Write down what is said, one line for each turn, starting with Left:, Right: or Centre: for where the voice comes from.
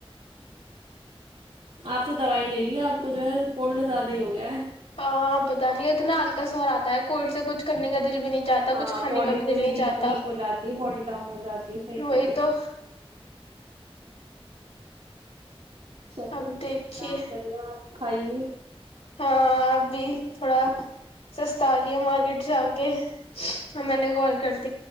Right: آپ تو دوائی لے لی ہے آپ کو جو ہے کولڈ زیادہ ہی ہو گیا ہے
Left: ہاں پتہ نہیں ہے اتنا ہلکا سہر آتا ہے کولڈ سے کچھ کرنے کا دل بھی نہیں چاہتا
Right: ہاں
Left: کچھ کھانے
Right: باڈی
Left: کا بھی
Right: پوری
Left: دل نہیں
Right: ویک
Left: چاہتا
Right: ویک ہو جاتی ہے باڈی ڈاؤن ہو جاتی ہے صحیح
Left: وہی
Right: کہہ رہی
Left: تو
Right: چلیے
Left: اب دیکھیے
Right: کام کرے کھائیے
Left: ہاں آپ بھی تھوڑا سستا لیا مارکیٹ جب <inaudible> میں نے کال کرتی